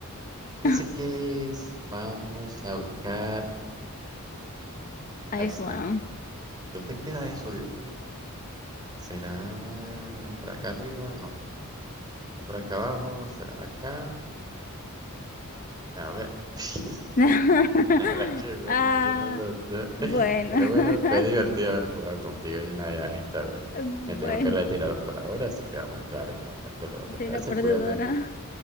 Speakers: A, on the right; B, on the left.
A: Dice
B: <laughs>
A: que es- vamos a ubicar
B: Iceland.
A: a Isla. ¿Dónde queda eso, Dios mío? ¿Será por acá arriba? No. ¿Por acá abajo? ¿Será acá? A ver. <laughs>
B: <laughs>
A: Nada que ver,
B: Ah,
A: ninguno de los dos.
B: bueno.
A: <laughs> Pero
B: <laughs>
A: bueno, fue divertido haber jugado contigo, Yanaya, esta vez.
B: Bueno,
A: Me tengo que retirar por ahora, así que vamos a entrar en contacto luego. ¿Te parece?
B: soy una perdedora.
A: Cuídate.